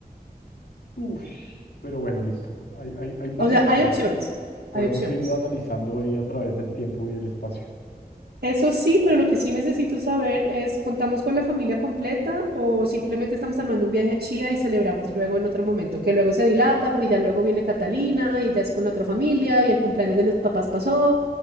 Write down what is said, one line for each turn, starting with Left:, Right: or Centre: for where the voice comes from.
Left: Uf, pero bueno, listo, ahí, ahí, ahí vamos.
Right: O sea, hay opciones,
Left: Podemos
Right: hay opciones.
Left: irlo analizando ahí a través del tiempo y el espacio.
Right: Eso sí, pero lo que sí necesito saber es, ¿contamos con la familia completa o simplemente estamos armando un viaje a Chía y celebramos luego en otro momento? Que luego se dilata porque ya luego viene Catalina y ella es con la otra familia y el cumpleaños de los papás pasó